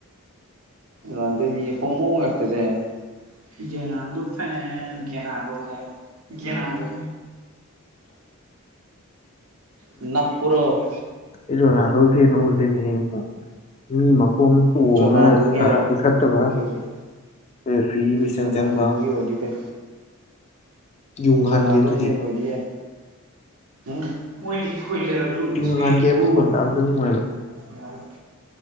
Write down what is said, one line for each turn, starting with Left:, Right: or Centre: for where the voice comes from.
Right: ꯔꯥꯟꯗ ꯃꯤ ꯍꯣꯃꯛꯇ ꯁꯦ ꯌꯦꯔꯗꯣ ꯐ ꯦꯔꯗꯣ ꯍꯥꯏ ꯦꯔꯗꯣ ꯅꯞꯄꯨꯔꯣ
Left: ꯃꯤꯔꯣꯅꯥꯗꯧ ꯐꯦ ꯑꯣꯜꯂꯤꯅꯦ ꯃꯤ ꯃꯈꯣꯡ ꯇꯣꯡꯉ
Right: ꯖꯣꯅꯥꯟꯗꯣꯒꯤ
Left: ꯀꯥꯔꯠꯄꯨ
Right: ꯍꯥꯏꯔꯣ
Left: ꯁꯠꯇꯕ
Right: ꯑꯣꯀꯦ ꯑꯣꯀꯦ
Left: ꯔꯦꯐ꯭ꯔꯤ ꯃꯤꯆꯪ
Right: ꯖꯣꯟꯅꯗꯒꯤ
Left: ꯆꯪꯕ
Right: ꯑꯣꯏꯗꯤ ꯐꯥꯏ
Left: ꯌꯨꯡ
Right: ꯖꯣꯅꯥꯥꯟꯗꯣ
Left: ꯍꯥꯟꯒꯦ ꯑꯗꯨꯗꯤ
Right: ꯒꯤ ꯐꯅꯑꯣꯏꯗꯤ ꯌꯥꯏ ꯎꯝ ꯃꯣꯏꯗꯤ ꯈꯣꯏꯖꯔꯁꯨ
Left: ꯌꯨꯡ
Right: ꯏ
Left: ꯍꯥꯟꯒꯦ
Right: ꯈꯨꯨꯔ
Left: ꯃꯈꯣꯟ
Right: <unintelligible>
Left: ꯇꯥꯕꯗ ꯅꯨꯡꯉꯥꯏꯕ